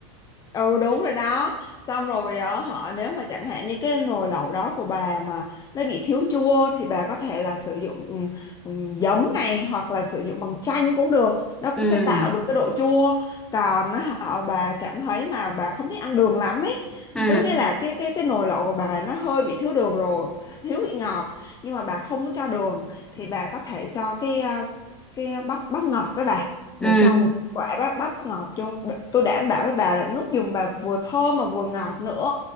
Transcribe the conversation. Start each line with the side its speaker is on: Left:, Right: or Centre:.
Left: ừ đúng rồi đó xong rồi ở họ nếu mà chẳng hạn như cái nồi lẩu đó của bà mà nó bị thiếu chua thì bà có thể là sử dụng ừm, ừm, giấm này hoặc là sử dụng bằng chanh cũng được nó cũng
Centre: ừ
Left: sẽ tạo được cái độ chua còn á, họ bà cảm thấy mà bà không thích ăn đường lắm ấy
Centre: ừ
Left: có nghĩa là cái cái cái nồi lẩu của bà nó hơi bị thiếu đường rồi thiếu vị ngọt nhưng mà bà không muốn cho đường thì bà có thể cho cái à, cái bắp bắp ngọt đó bà bà
Centre: ừ
Left: cho một quả bắp, bắp ngọt cho bà- tôi đảm bảo với bà là nước dùng bà vừa thơm mà vừa ngọt nữa